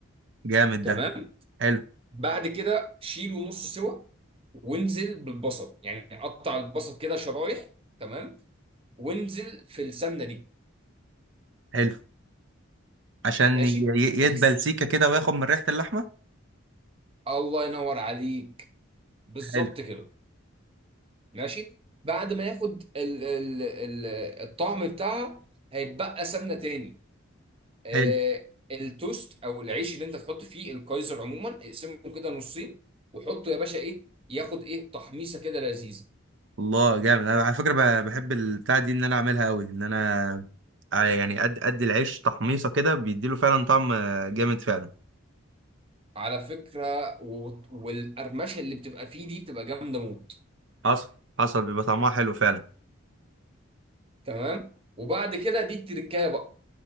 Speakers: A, on the right; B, on the right.
A: جامد
B: تمام
A: ده حلو
B: بعد كده شيله نص سوا وانزل بالبصل يعني قطع البصل كده شرايح تمام وانزل في السمنه دي
A: حلو عشان
B: ماشي
A: ي- ي- يدبل
B: الس-
A: سيكه كده وياخد من ريحه اللحمه
B: الله ينور عليك بالظبط
A: حلو
B: كده ماشي بعد ما ياخد ال ال ال الطعم بتاعها هيتبقى سمنه تاني آه،
A: حلو
B: التوست او العيش اللي انت تحط فيه القيصر عموما اقسمه كده نصين وحطه يا باشا ايه ياخد ايه تحميصه كده لذيذه
A: الله جامد انا على فكره ب- بحب البتاع دي ان انا اعملها قوي ان انا آه، يعني قد قد العيش تحميصه كده بيديله فعلا طعم آه، جامد فعلا
B: على فكره و- والقرمشه اللي بتبقى فيه دي بتبقى جامده موت
A: حصل حصل بيبقى طعمها حلو فعلا
B: تمام وبعد كده دي التركايه بقى